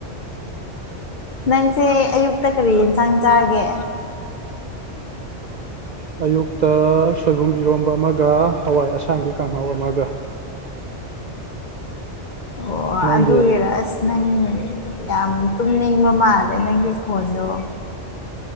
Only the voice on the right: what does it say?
ꯎ ꯑꯌꯨꯛꯇ ꯁꯣꯏꯕꯨꯝ ꯏꯔꯣꯝꯕ ꯑꯃꯒ ꯍꯋꯥꯏ ꯑꯁꯥꯡꯕꯤ ꯀꯥꯡꯍꯧ ꯑꯃꯒ
ꯅꯪꯗꯤ